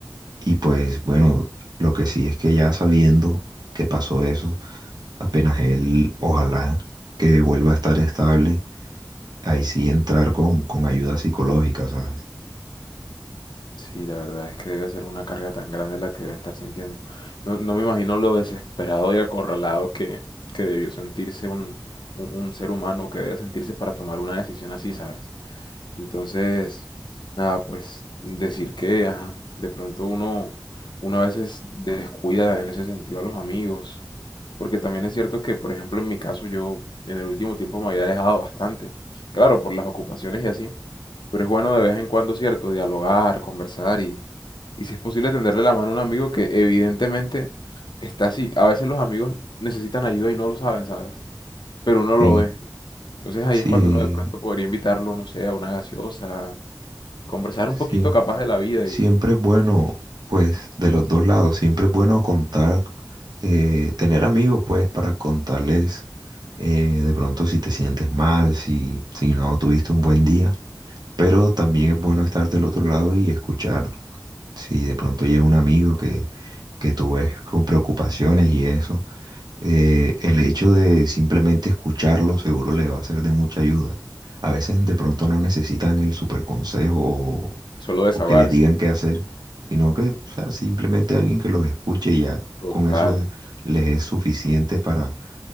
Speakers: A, on the right; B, on the left.
A: y pues bueno, lo que sí es que ya sabiendo que pasó eso, apenas él, ojalá que vuelva a estar estable, ahí sí entrar con, con ayuda psicológica, ¿sabes?
B: Sí, la verdad es que debe ser una carga tan grande la que debe estar sintiendo. No, no me imagino lo desesperado y acorralado que, que debió sentirse un, un, un ser humano que debe sentirse para tomar una decisión así, ¿sabes? Entonces, nada, pues decir que, ajá, de pronto uno, uno a veces descuida en ese sentido a los amigos, porque también es cierto que, por ejemplo, en mi caso yo en el último tiempo me había alejado bastante, claro, por las ocupaciones y así, pero es bueno de vez en cuando, cierto, dialogar, conversar y, y si es posible tenderle la mano a un amigo que evidentemente está así. A veces los amigos necesitan ayuda y no lo saben, ¿sabes? Pero uno
A: Sí,
B: lo ve. Entonces ahí
A: sí,
B: es cuando uno de pronto podría invitarlo, no sé, a una gaseosa, conversar un poquito
A: sí.
B: capaz de la vida
A: Siempre
B: y
A: es bueno, pues, de los dos lados, siempre es bueno contar, eh, tener amigos, pues, para contarles eh, de pronto si te sientes mal, si, si no tuviste un buen día, pero también es bueno estar del otro lado y escuchar si de pronto llega un amigo que, que tú ves con preocupaciones y eso eh, el hecho de simplemente escucharlo seguro le va a ser de mucha ayuda. A veces de pronto no necesitan el super consejo o,
B: solo desahogarse.
A: o que les digan qué hacer, sino que o sea, simplemente alguien que los escuche y ya
B: Total,
A: con eso de- les es suficiente para,